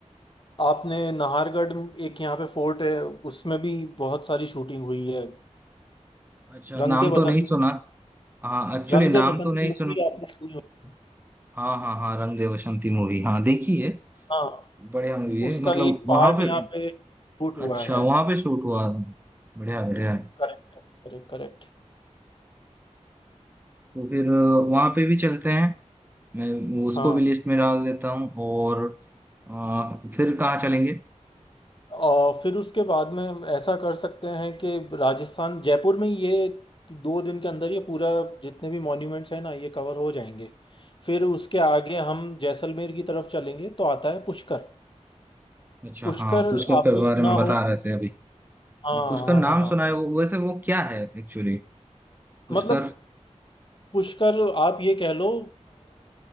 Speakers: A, on the left (about 45°); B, on the right (about 15°).
A: आपने नाहरगढ़ एक यहाँ पे फोर्ट है उसमें भी बहुत सारी शूटिंग हुई है
B: अच्छा
A: रंग
B: नाम
A: दे
B: तो
A: बसंती
B: नहीं सुना हाँ एक्चुअली
A: रंग दे
B: नाम
A: बसंती
B: तो नहीं
A: मूवी
B: सुना
A: आपने सुनी होगी
B: हाँ हाँ हाँ रंग दे बसंती मूवी हाँ देखी है
A: हाँ
B: बढ़िया मूवी है
A: उसका
B: मतलब
A: एक पार्ट
B: वहां पे
A: यहाँ पे शूट हुआ
B: अच्छा
A: है
B: वहां पे शूट हुआ बढ़िया बढ़िया है।
A: Correct correct correct
B: तो फिर वहां पे भी चलते हैं मैं उसको
A: हाँ
B: भी लिस्ट में डाल देता हूँ और आ, फिर कहाँ चलेंगे
A: और फिर उसके बाद में ऐसा कर सकते हैं कि राजस्थान जयपुर में ये दो दिन के अंदर ये पूरा जितने भी मॉन्यूमेंट्स हैं ना ये कवर हो जाएंगे फिर उसके आगे हम जैसलमेर की तरफ चलेंगे तो आता है पुष्कर
B: अच्छा
A: पुष्कर
B: हाँ पुष्कर
A: आपने
B: के बारे
A: सुना
B: में बता
A: हो
B: रहे थे अभी
A: हाँ
B: आ, पुष्कर
A: हाँ
B: नाम
A: हाँ हाँ
B: सुना है वो वैसे वो क्या है एक्चुअली पुष्कर
A: मतलब पुष्कर आप ये कह लो